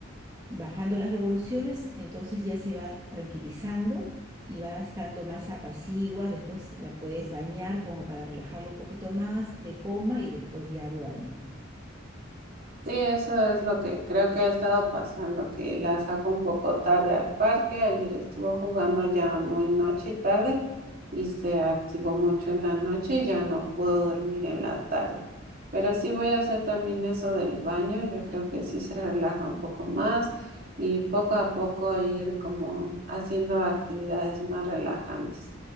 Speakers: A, on the right; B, on the right.
A: bajando las revoluciones, entonces ya se va tranquilizando y va estando más apacigua, después la puedes bañar como para relajarlo un poquito más, que coma y después ya duerme.
B: Sí, eso es lo que creo que ha estado pasando, que la saco un poco tarde al parque. Ayer estuvo jugando ya muy noche y tarde y se activó mucho en la noche y ya no pudo dormir en la tarde. Pero sí voy a hacer también eso del baño. Yo creo que sí se relaja un poco más y poco a poco ir como haciendo actividades más relajantes.